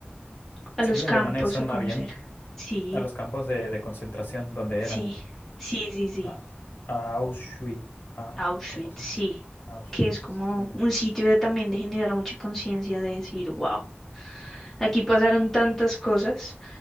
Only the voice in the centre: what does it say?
a
los campos,
a conocer.
Sí,
sí,
sí, sí, sí.
Auschwitz,
sí.
Que es como
un sitio de, también de generar mucha conciencia, de decir, wow, aquí pasaron tantas cosas